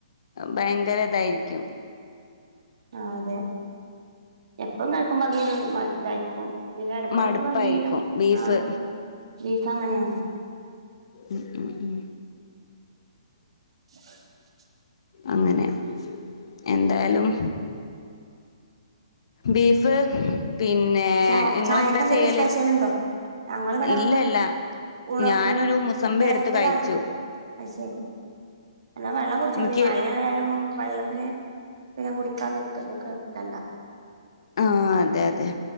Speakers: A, on the left; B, on the right.
A: ഭയങ്കര ഇതായിരിക്കും
B: ആഹ് അതെ എപ്പഴും കഴിക്കുമ്പ അത് മൾ ഇതായിക്കും പിന്നെ എടക്കെടെക്കൊക്കെ
A: മടുപ്പായിരിക്കും
B: മീനും
A: ബീഫ്
B: ആഹ് ബീഫ്‌ അങ്ങനെയാണ്
A: ഉം ഉം ഉം
B: <inaudible>
A: അങ്ങനെ എന്തായാലും ബീഫ്, പിന്നേ
B: ചാ
A: ഇങ്ങളെന്താ
B: ചായക്ക് എന്തെങ്കിലും
A: ചെയ്യല്?
B: സ്പെഷ്യൽ ഉണ്ടോ ഞങ്ങളിവിടെ
A: ഇല്ലല്ല
B: ഊണ്
A: ഞാനൊരു
B: ഉം
A: മുസമ്പി
B: വരട്ടലാണ്
A: എടുത്ത് കഴിച്ചു.
B: <unintelligible> എന്നാ വെള്ളം കുടിച്ചോഞ്ഞി
A: എനിക്ക്
B: മഴ ആയാലും വെള്ളത്തിന് പിന്നാ കുടിക്കാ നിക്ക നിക്കണ്ട.
A: ആഹ് അതെ അതെ